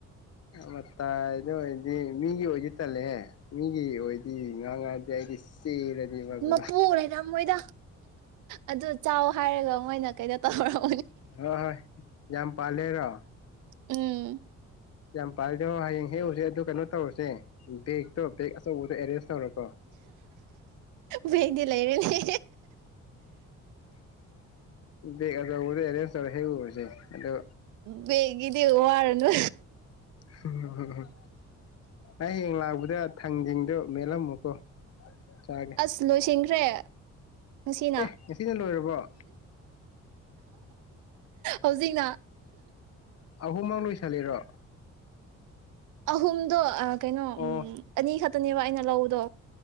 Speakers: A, on the left; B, on the right.
A: ꯃꯇꯥꯏꯗ ꯑꯣꯏꯔꯗꯤ ꯃꯤꯒꯤ ꯑꯣꯏꯗꯤ ꯇꯜꯂꯦꯍꯦ ꯃꯤꯒꯤ ꯑꯣꯏꯗꯤ ꯉꯥꯡꯉꯗꯗꯤ ꯑꯩꯗꯤ ꯆꯦꯜꯂꯗꯤ ꯃꯒꯨ
B: ꯃꯄꯨ ꯂꯩꯅ ꯃꯣꯏꯗ ꯑꯗꯨ ꯆꯥꯎ ꯍꯥꯏꯔꯒ ꯃꯣꯏꯅ ꯀꯩꯅꯣ ꯇꯧꯔꯣ
A: ꯍꯣꯏ ꯍꯣꯏ ꯌꯥꯝ ꯄꯂꯦꯔꯣ
B: ꯎꯝ
A: ꯌꯥꯝ ꯄꯥꯔꯗ ꯍ ꯍꯌꯦꯡ ꯍꯦꯛꯎꯨꯁꯦ ꯑꯗꯨ ꯀꯩꯅꯣ ꯇꯧꯔꯨꯁꯦ ꯕꯦꯛꯇꯣ ꯕꯦꯒ ꯑꯆꯧꯕꯗꯣ ꯑꯦꯔꯦꯁ ꯇꯧꯔꯣꯀꯣꯒ
B: ꯕꯦꯒꯗꯤ ꯂꯩꯔꯅꯤ
A: <unintelligible> ꯍꯦꯛ ꯎꯔꯁꯦ ꯑꯗꯣ
B: ꯕꯦꯡꯒꯤꯗꯤ ꯋꯥꯔꯨꯅꯨ
A: ꯍꯨꯝ ꯍꯨꯝ ꯍꯨꯝ ꯍꯨꯝ ꯑꯩ ꯍꯌꯦꯡ ꯂꯥꯛꯄꯗ ꯊꯥꯡꯖꯤꯡꯗꯣ ꯃꯦꯂꯝꯃꯨꯀꯣ ꯆꯥꯒꯦ
B: ꯑꯁ ꯂꯣꯏꯁꯤꯟꯈ꯭ꯔꯦ ꯉꯁꯤꯅ
A: ꯑꯦ ꯉꯁꯤꯅ ꯂꯣꯏꯔꯕꯣ ꯑꯦ
B: ꯍꯧꯖꯤꯛꯅ
A: ꯑꯍꯨꯝ ꯃ ꯂꯣꯏꯁꯜꯂꯤꯔꯣ
B: ꯑꯍꯨꯝꯗꯣ ꯑ ꯀꯩꯅꯣ
A: ꯑꯣ
B: ꯎꯝ ꯑꯅꯤ ꯈꯠꯇꯅꯦꯕ ꯑꯩꯅ ꯂꯧꯕꯗꯣ